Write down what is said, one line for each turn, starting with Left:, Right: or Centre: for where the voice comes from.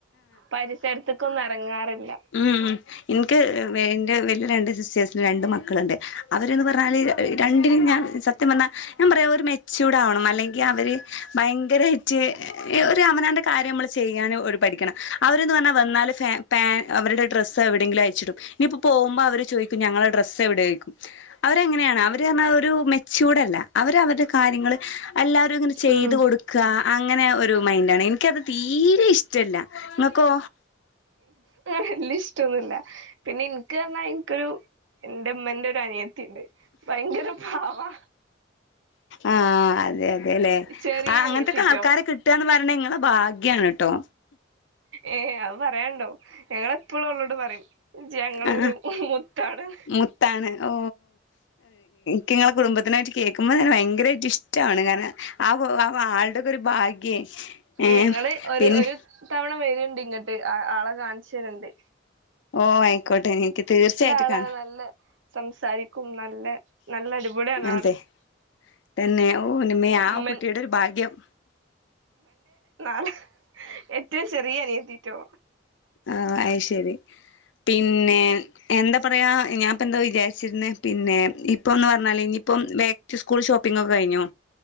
Right: പരിസരത്തക്കൊന്നും എറങ്ങാറില്ല
Left: ഊം ഊം ഇന്ക്ക് എന്റെ വലിയ രണ്ട് സിസ്റ്റേഴ്സിന്റെ രണ്ട് മക്കള്ണ്ട് അവര്ന്ന് പറഞ്ഞാല് രണ്ടിനും ഞാൻ സത്യം പറഞ്ഞാൽ ഞാൻ പറയാം ഒരു മെച്യൂർഡ് ആവണം അല്ലെങ്കിൽ അവര് ഭയങ്കരായ്‌റ്റ് ഒരു അവനാന്റെ കാര്യം നമ്മൾ ചെയ്യാൻ ഒരു പഠിക്കണം അവരന്ന് പറഞ്ഞാൽ വന്നാല് അവര്ടെ പാൻ അവര്ടെ ഡ്ര ഡ്രസ്സ് എവിടെങ്കിലും അയച്ചിടും നിപ്പോ പോകുമ്പോ അവര് ചോദിക്കും ഞങ്ങള്ടെ ഡ്രസ്സ് എവിടേന്ന്ചോയ്ക്കും അവരങ്ങനെയാണ് അവര് പറഞ്ഞാ ഒരു മെച്യൂർഡല്ല അവര് അവരുടെ കാര്യങ്ങള് എല്ലാവരും ഇങ്ങനെ ചെയ്ത്
Right: ഉം
Left: കൊട്ക്ക അങ്ങനെ ഒരു മൈന്റാണ് നിക്കത് തീരെ ഇഷ്ടല്ല. ങ്ങക്കോ?
Right: വല്ല്യേഇഷ്ട്ടോന്നുല്ല. പിന്നെ ഇന്ക്ക് പറ്ഞ്ഞാ ഇന്ക്കൊരു എന്റെ മ്മന്റോരു അനിയ ത്തിണ്ട് ഭയങ്കര പവാ
Left: ആഹ് അതെ അതെ അതെ അല്ലെ
Right: ചെറിയ
Left: ആ അങ്ങന്ത്തൊക്കെ
Right: അനിയത്തിട്ടോ
Left: ആൾക്കാരൊക്കെ കിട്ടാണ് പറഞ്ഞ ങ്ങളെ ഭാഗ് ഗ്യാണ് ട്ടോ
Right: ഏ അത് പറയാണ്ടോ ഞങ്ങളെപ്പളും ഓളോട് പറയും ഇജ്ജ് ഞങ്ങളൊരു
Left: ആ
Right: മുത്താണ്
Left: മുത്താണ് ഓ ക്ക്ങ്ങളെ കുടുംബത്തിനായിട്ട് കേക്ക കേക്കുമ്പങ്ങനെ ഭയങ്കരമായിട്ട് ഇഷ്ടാണ് കാരണം ആഹ് ആഹ് ആളുടെക്കൊരു ഒരു ഭാഗ്യേ ഏഹ്
Right: ഏ ങ്ങള് ഒരു
Left: പിന്നെ
Right: ഒരു തവണ വരോ ണ്ട് ഇങ്ങട്ട് ആളെ കാണിച്ചേറെണ്ട്
Left: ഓ ആയിക്കോട്ടെ എനിക്ക് തീർച്ചയായിട്ടും
Right: ആളാണ്
Left: കാണാം
Right: നല്ല സംസാരിക്കും നല്ല നല്ല അടിപൊളിയാണ്
Left: അതെ
Right: ആള്
Left: തന്നെ ഓ ന്റമ്മേ ആ
Right: ഉമ്മൻ
Left: കുട്ടിയുടെ ഒരു ഭാഗ്യം
Right: നലെ ഏറ്റവും ചെറിയ അനിയത്തിറ്റോ
Left: ആഹ് അയ് ശരി പിന്നെ എന്താ പറയാ ഞാൻപ്പൊ എന്താ വിചാരിച്ചിരുന്നേ പിന്നെ ഇപ്പൊ ഒന്ന് പറഞ്ഞാല് ഇനിപ്പം ബാക്ക് ടു സ്കൂൾ ഷോപിഗ് ഒക്കെ കഴിഞ്ഞോ?